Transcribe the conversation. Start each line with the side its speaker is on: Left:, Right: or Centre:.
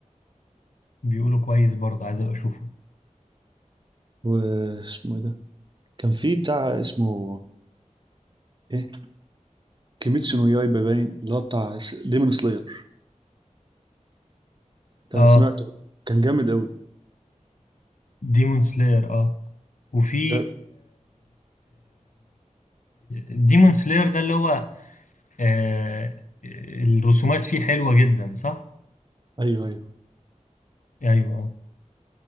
Left: بيقولوا كويس برضو عايز ابقى اشوفه
Right: واسمه ايه ده كان في بتاع اسمه ايه كيميتسو نو يايبا باين اللي هو بتاع ديمون سلاير ده
Left: اه
Right: سمعته كان جامد قوي
Left: ديمون سلاير اه وفي
Right: ده
Left: ديمون سلاير ده اللي هو آه، الرسومات فيه حلوة جدا صح؟
Right: ايوه ايوه
Left: ايوه اه